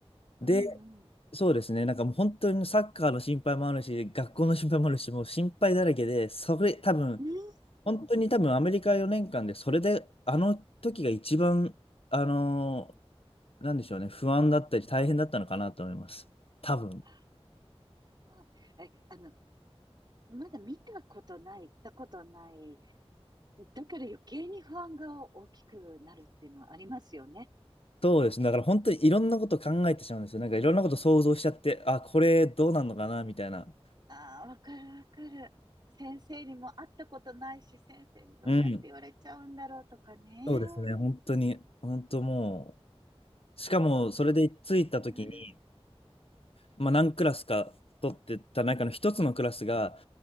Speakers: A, on the right; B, on the left.
A: うんうん。
B: で、そうですね、なんかもう本当にサッカーの心配もあるし、学校の心配もあるし、もう心配だらけで、それ多分、
A: うん。
B: 本当に多分アメリカ4年間で、それであの時が一番、あのーなんでしょうね、不安だったり大変だったのかなと思います。多分。
A: あ、まあ、え、あの、まだ見たことない、行ったことない。だから余計に不安が大きくなるっていうのはありますよね。
B: そうですね。だから本当にいろんなこと考えてしまうんですよ。なんかいろんなこと想像しちゃって、あ、これどうなんのかなみたいな。
A: ああ、わかるわかる。先生にも会ったことないし、先生にどうやって言われちゃうんだろうとかね。
B: うん。そうですね。本当に、本当もう、しかもそれで着いた時に、
A: そううん
B: まあ何クラスか取ってた中の一つのクラスが、